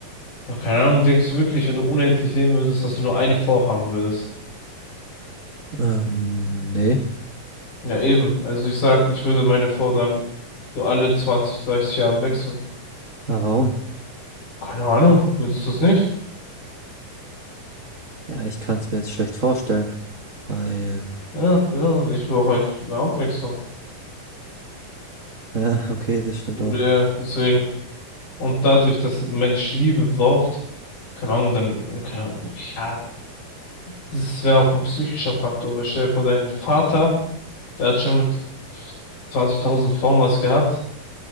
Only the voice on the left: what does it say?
Ja, keine Ahnung, denkst du wirklich, wenn du unendlich leben würdest, dass du nur eine Frau haben würdest?
Ja, eben. Also ich sag, ich würde meine Frau dann so alle 20, 30 Jahre wechseln.
Keine Ahnung, würdest du es nicht?
Ja, genau. Ich brauche halt eine Abwechslung.
Und,
äh, deswegen. Und dadurch, dass ein Mensch Liebe braucht, keine Ahnung, dann, keine Ahnung, ja, das wäre auch ein psychischer Faktor. Weil stell dir vor, dein Vater, der hat schon mit 20.000 Frauen was gehabt.